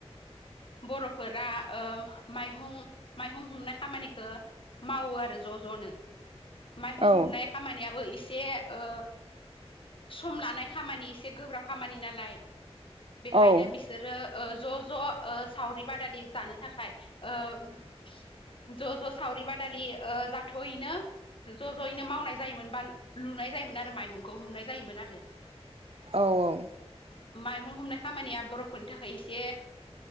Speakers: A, on the left; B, on the right.
A: बर'फोरा माइहुं माइहुं हुंनाय खामानिखौ मावो आरो ज' ज'नो। माइहुं
B: औ
A: हुमनाय खामानियाबो एसे ओ सम लानाय खामानि एसे गोब्राब खामानि नालाय। बेखायनो
B: औ
A: बिसोरो ज' ज' सावरि बादालि जानो थाखाय। ज' ज' सावरि बादालि जाथ'हैनो ज' ज'यैनो मावनाय जायोमोन बा लुनाय जायोमोन आरो माइहुंखौ हुमनाय जायोमोन आरो।
B: औ
A: माइहुं हुमनाय खामानिया बर'फोरनि थाखाय इसे